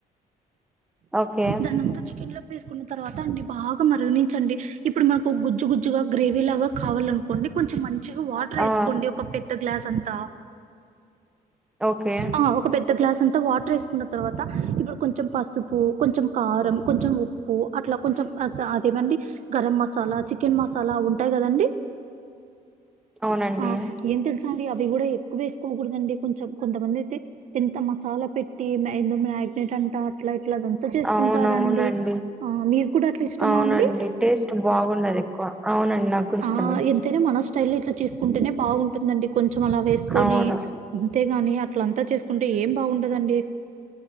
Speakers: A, in the centre; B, on the right.
A: ఓకే
B: దాన్నంతా చికెన్ లోకి వేసుకున్న తర్వాత అండి బాగా మరగణించండి ఇప్పుడు మనకు గుజ్జు గుజ్జుగా గ్రేవీ లాగా కావాలనుకోండి కొంచెం మంచిగా వా టర్
A: ఆ
B: ఏసుకోండి ఒక పెద్ద గ్లాస్ అంత
A: ఓకే
B: ఆ <inaudible> ఒక పెద్ద గ్లాస్ అంతా వాటర్ వేసుకున్న తర్వాత ఇప్పుడు కొంచెం పసు ప్పు కొంచెం కారం కొంచెం ఉప్పు అట్లా కొంచెం అట్ల అదేమండి గరం మసాలా చికెన్ మసాలా ఉంటాయి కదండి
A: అవునండి
B: ఆ ఏం తెలుసా అండి అవి కూడా ఎక్కువ వేసుకోకూడదండి కొంచెం కొంతమంది అయితే ఎంత మసాలా పెట్టి <inaudible> మ్యాగ్నెట్ అంట అట్ల ఇట్ల త చేసుకుంటారండి
A: అవునవునండి
B: ఆ మీరు కూడా అట్ల ఇష్టమా
A: అవునండి
B: అండి
A: టేస్ట్ బాగుండదు ఎక్కువ అవునండి నాకు కూడా
B: ఆ
A: ఇష్టమే
B: ఎంతైనా మన స్టైల్లో ఇట్ల చేసుకుంటేనే బాగుంటుందండి కొంచెం అలా వేస్ కొని
A: అవును
B: అంతేగాని అట్ల అంతా చేసుకుంటే ఏం బాగుంటదండి